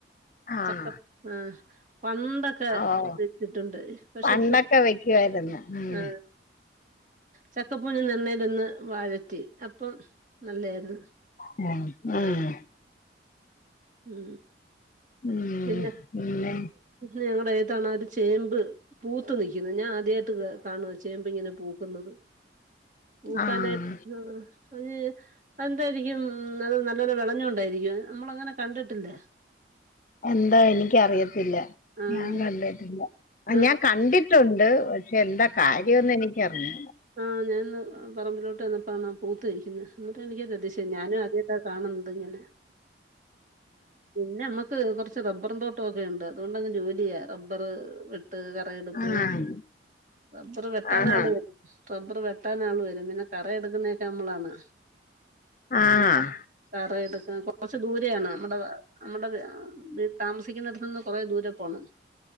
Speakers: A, on the left (about 45°); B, on the right (about 45°).
A: ആഹ്
B: ചക്കപൂ ആഹ് പണ്ടൊക്കെ
A: ഓഹ്
B: പ വെച്ചിട്ടുണ്ട് പക്ഷെ
A: പണ്ടൊക്കെ
B: ഇപ്പ
A: വെക്കുവായിരുന്നു ഉം
B: ആ ചക്കപ്പൂഞ് എണ്ണയിലൊന്ന് വാഴറ്റി അപ്പം നല്ലായിരുന്നു.
A: ഉം ഉം
B: ആഹ് ഉം
A: ഉം
B: പിന്നെ
A: പിന്നെ
B: ഞങ്ങളുടെ ഏതാണ് ഒരു ചേമ്പ് പൂത്ത് നിൽക്കുന്നു ഞാൻ ആദ്യമായിട്ട് കാണുവ ചേമ്പ് ഇങ്ങനെ പൂക്കുന്നത്.
A: <inaudible>
B: പൂക്കാനായിട്ട്
A: ആഹ്
B: അഞ്ഞ് എന്തായിരിക്കും അത് നല്ലപോലെ വിളഞ്ഞൊണ്ടായിരിക്കും നമ്മള് അങ്ങനെ കണ്ടിട്ടില്ല.
A: എന്താ എനിക്കറിയത്തില്ല
B: ആഹ്
A: ഞാൻ കണ്ടിട്ടില്ല. ആ
B: ആഹ്
A: ഞാൻ കണ്ടിട്ടുണ്ട്. പക്ഷെ എന്താ കാര്യംന്ന് എനിക്കറിഞ്ഞൂ
B: ആ ഞാന്ന് പറമ്പിലോട്ട് വന്നപ്പോ പൂത്ത് നിക്കുന്നു. എന്നിട്ട് എനിക്കൊരതിശയം ഞാനും ആദ്യായിട്ടാ. കാണുന്നത് ഇങ്ങനെ പിന്നെ മ്മക്ക് ക്ക്‌ മ്മക്ക് കുറച്ചു റബ്ബർ തോട്ടമൊക്കെ ഉണ്ട്‌ അത്കൊണ്ട് അങ്ങ് ജോലിയാ റബ്ബർ വെട്ട് ക പ്പയെടുപ്പ്
A: ആഹ് ആഹ്
B: റബർ വെട്ടാന്
A: ആഹാ
B: ആള് വരും. റബ്ബർ വെട്ടാൻ ആള് വരും പിന്നെ കറ എടുക്കുന്നയൊക്കെ നമ്മളാണ്
A: ആഹ്
B: അന്നക്കെ കറ എടുക്കാൻ കൊറച്ച് ദൂരെ ആണ്. നമ്മടെ നമ്മടെ ആ വീ താമസിക്കുന്നത്തടുത്ത് നിന്ന് കൊറേ ദൂരെ പോണം.